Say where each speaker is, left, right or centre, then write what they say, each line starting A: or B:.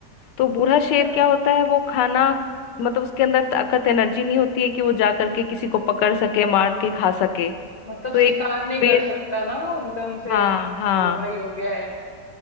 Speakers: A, on the left (about 80°); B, on the left (about 50°).
A: तो बूढ़ा
B: अच्छा,
A: शेर क्या होता है वो खाना मतलब उसके अंदर ताकत एनर्जी नहीं होती है कि वो जा करके किसी को पकड़ सके मार
B: हाँ
A: के खा सके
B: मतलब
A: तो
B: शिकार
A: एक
B: नहीं
A: पेड़
B: कर सकता ना वो एकदम से
A: हाँ
B: बूढ़ा
A: हाँ
B: ही हो गया है